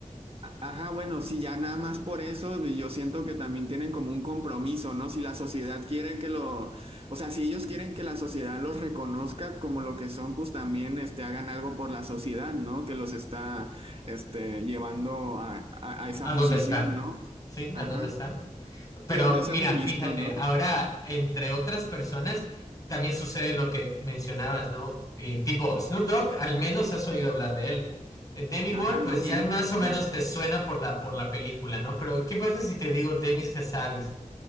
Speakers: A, on the right; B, on the left.
A: Ajá, bueno, sí, ya nada más por eso, y yo siento que también tienen como un compromiso, ¿no? Si la sociedad quiere que lo, o sea, si ellos quieren que la sociedad los reconozca como lo que son, pues también, este, hagan algo por la sociedad, ¿no? Que los está, este, llevando a, a- a esa
B: ¿A
A: posición,
B: dónde están?
A: ¿no?
B: Sí,
A: Ajá.
B: ¿a dónde están? Pero
A: Sí, bueno, esa
B: mira,
A: es mi visión,
B: fíjate,
A: ¿no?
B: ahora entre otras personas también sucede lo que mencionabas, ¿no? Eh, tipo, Snoop Dogg, al menos has oído hablar de él. Eh, Demi
A: Ajá,
B: Moore, pues
A: no,
B: ya
A: sí,
B: más o
A: claro.
B: menos te suena por la, por la película, ¿no? Pero ¿qué pasa si te digo Demis Hassabis?